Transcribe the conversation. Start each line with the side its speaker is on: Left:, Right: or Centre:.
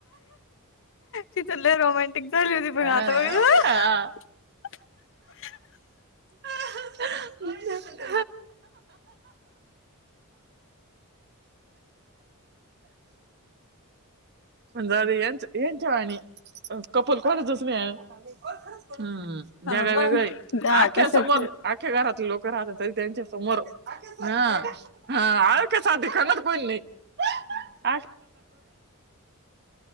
Left: तिथ लय रोमांटिक झाली होती पण
Right: हा
Left: आता बघितल <unintelligible>
Right: हा
Left: <inaudible>
Right: <inaudible> <unintelligible> जाऊदे. जाऊदे येनचीवाणी. कपल कोणाचच नाही. हम्
Left: हा
Right: जगा
Left: मग
Right: वेगळ
Left: हा
Right: आख्या
Left: कशाच
Right: समोर आख्या घरातले लोक राहतात तरी त्यांच्या समोर. ह हा, <unintelligible> खाणार कोण नाही. <unintelligible>